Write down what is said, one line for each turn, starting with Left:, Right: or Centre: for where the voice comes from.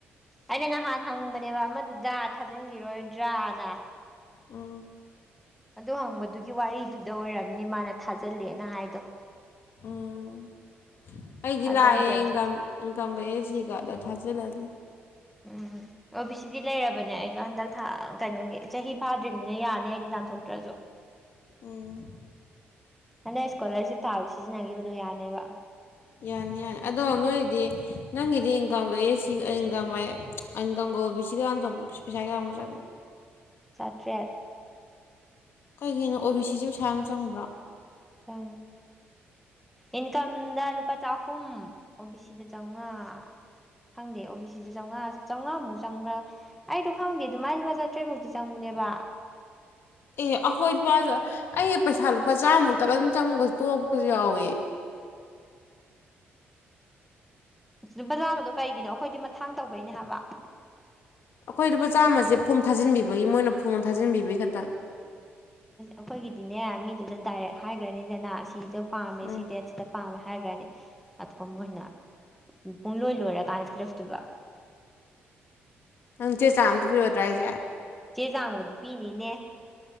Centre: ꯑꯩꯅ ꯉꯍꯥꯟ ꯍꯪꯕꯅꯦꯕ ꯑꯃꯗꯨꯗ ꯊꯥꯖꯤꯟꯒꯤꯔꯣꯏꯗ꯭ꯔꯥꯅ
Left: ꯎꯝ
Centre: ꯑꯗꯨ ꯍꯪꯕꯗꯨꯒꯤ ꯋꯥꯔꯤꯗꯨꯗ ꯑꯣꯏꯔꯝꯅꯤ ꯃꯥꯅ ꯊꯥꯖꯜꯂꯦꯅ ꯍꯥꯏꯗꯣ
Left: ꯎꯝ ꯑꯩꯗꯤ
Centre: ꯊꯥꯖꯤꯟꯗ꯭ꯔꯦꯕ
Left: ꯂꯛꯑꯦ ꯏꯟꯀꯝ ꯏꯟꯀꯝꯒ ꯑꯦꯁ ꯁꯤꯒꯗ ꯊꯥꯖꯤꯜꯂꯅꯤ
Centre: ꯎꯝ ꯑꯣꯕꯤ ꯁꯤꯗꯤ ꯂꯩꯔꯕꯅꯦ ꯑꯩꯁꯨ ꯍꯟꯗꯛ ꯊ ꯀꯩꯅꯣꯒꯤ ꯆꯍꯤ ꯐꯥꯗ꯭ꯔꯤꯕꯅꯤꯅ ꯌꯥꯅꯤ ꯑꯩꯗꯤ ꯇꯥꯟꯊꯣꯛꯇ꯭ꯔꯁꯨ
Left: ꯎꯝ
Centre: ꯍꯟꯗꯛ ꯏꯁꯀꯣꯂꯔꯁꯤꯞ ꯊꯥꯕꯗ ꯁꯤꯖꯤꯟꯅꯈꯤꯕꯗꯣ ꯌꯥꯅꯦꯕ
Left: ꯌꯥꯅꯤ ꯌꯥꯅꯤ ꯑꯗꯣ ꯅꯣꯏꯗꯤ ꯅꯪꯒꯤꯗꯤ ꯏꯟꯀꯝꯒ ꯑꯦꯁ ꯁꯤ ꯏꯟꯀꯝ ꯑꯌꯦ ꯏꯟꯀꯝꯒ ꯑꯣꯕꯤ ꯁꯤꯒ ꯇꯟꯊꯣꯛꯄ ꯄꯩꯁꯥ ꯀꯥꯌꯥꯃꯨꯛ ꯆꯡꯉꯤ
Centre: ꯆꯥꯇ꯭ꯔꯦꯠ
Left: ꯀꯩꯒꯤꯅꯣ ꯑꯣꯕꯤ ꯁꯤꯁꯦ ꯄꯩꯁꯥ ꯌꯥꯝ ꯆꯪꯕ꯭ꯔꯣ
Centre: ꯆꯡꯉꯤ ꯏꯟꯀꯝꯗ ꯂꯨꯄꯥ ꯆꯥꯍꯨꯝ ꯑꯣꯕꯤ ꯁꯤꯗ ꯆꯝꯃꯉꯥ ꯈꯪꯗꯦ ꯑꯣꯕꯤ ꯁꯤꯗ ꯆꯝꯃꯉꯥ ꯆꯝꯉꯥꯃꯨꯛ ꯆꯪꯕ꯭ꯔꯥ ꯑꯩꯗꯣ ꯈꯪꯗꯦ ꯑꯗꯨꯃꯥꯏ ꯂꯨꯄꯥ ꯆꯥꯇ꯭ꯔꯦꯠꯃꯨꯛꯇꯤ ꯆꯪꯕꯅꯦꯕ
Left: ꯑꯦ ꯑꯩꯈꯣꯏ ꯂꯨꯄꯥ ꯑꯩ ꯄꯩꯁꯥ ꯂꯨꯄꯥ ꯆꯥꯃꯨꯛꯇꯒ ꯑꯗꯨꯝ ꯆꯪꯉꯒ ꯇꯣꯛꯄꯁꯨ ꯌꯥꯎꯋꯦ
Centre: ꯂꯨꯄꯥ ꯆꯥꯝꯃꯗꯣ ꯀꯩꯒꯤꯅꯣ ꯑꯈꯣꯏꯗꯤ ꯃꯊꯥꯡ ꯇꯧꯕꯩꯅꯦ ꯍꯥꯏꯕ
Left: ꯑꯈꯣꯏ ꯂꯨꯄꯥ ꯆꯥꯝꯃꯁꯦ ꯐꯣꯝ ꯊꯥꯖꯤꯟꯕꯤꯕꯩ ꯃꯣꯏꯅ ꯐꯣꯝ ꯊꯥꯖꯤꯟꯕꯤꯕꯩ ꯈꯇꯪ
Centre: ꯑꯈꯣꯏꯒꯤꯗꯤꯅꯦ ꯃꯤꯗꯨꯗ ꯗꯥꯏꯔꯦꯛ ꯍꯥꯏꯒꯔꯅꯤꯗꯅ ꯑꯁꯤꯁꯨ ꯄꯥꯝꯃꯦ
Left: ꯎꯝ
Centre: ꯁꯤ ꯗꯦꯠ ꯁꯤꯗ ꯄꯥꯝꯃꯦ ꯍꯥꯏꯒꯔꯅꯤ ꯑꯗꯨꯒ ꯃꯣꯏꯅ ꯄꯨꯡꯂꯣꯏ ꯂꯣꯏꯔꯀꯥꯟꯗ ꯄꯤꯔꯛꯇꯣꯏꯕ
Left: ꯅꯪ ꯆꯦꯆꯥꯡ ꯑꯃꯇ ꯄꯤꯔꯣꯏꯗ꯭ꯔꯥ ꯍꯥꯏꯁꯦ
Centre: ꯆꯦꯆꯥꯡꯕꯨꯗꯤ ꯄꯤꯅꯤꯅꯦ